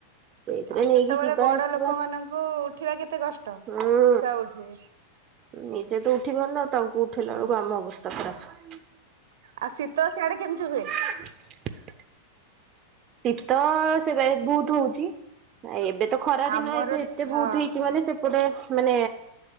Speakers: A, on the right (about 30°); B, on the right (about 75°).
A: ସେଇଥିରେ
B: ଆଉ ସେତେବେଳେ
A: ନେଇକି ଯିବା
B: ବଡ
A: ଆସିବା
B: ଲୋକ ମାନଙ୍କୁ ଉଠିବା କେତେ କଷ୍ଟ।
A: ହୁଁ
B: ଛୁଆ ଉଠିବେ
A: ନିଜେ ତ ଉଠିପାରୁନ, ତାଙ୍କୁ ଉଠେଇଲା
B: ହୁଁ
A: ବେଳକୁ ଆମ ଅବସ୍ଥା ଖରାପ।
B: ଆଉ, ଶୀତ ସିଆଡେ କେମିତି ହୁଏ?
A: <inaudible> ଶୀତ ସେବେ ବହୁତୁ ହଉଛି। ଏବେ ତ ଖରା ଦିନ,
B: ଆମର
A: ଏବେ ଏତେ ବହୁତ
B: ହଁ
A: ହେଇଛି ମାନେ ସେ ପଟେ ମାନେ